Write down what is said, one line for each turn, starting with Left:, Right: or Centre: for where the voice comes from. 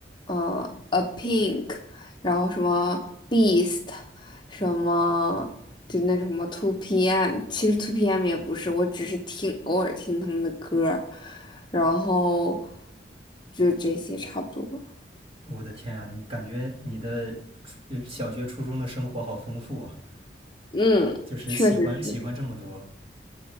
Left: 呃 A Pink，然后什么 Beast，什么就那什么 Two PM，其实 Two PM 也不是，我只是听偶尔听他们的歌儿，然后就这些差不多。
Right: 我的天啊，你感觉你的呃小学、初中的生活好丰富啊，
Left: 嗯，
Right: 就是喜欢喜欢这么多。
Left: 确实确